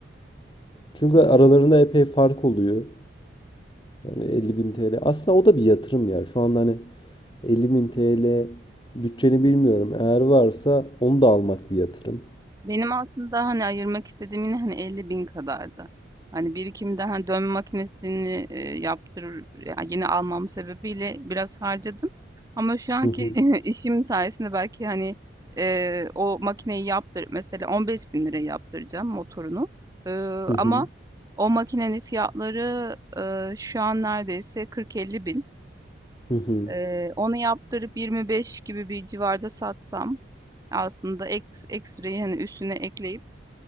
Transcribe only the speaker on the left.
çünkü aralarında epey fark oluyor. Hani 50.000 TL. Aslında o da bir yatırım ya. Şu anda hani 50.000 TL bütçeni bilmiyorum. Eğer varsa onu da almak bir yatırım.
Hı hı.
Hı hı.
Hı hı.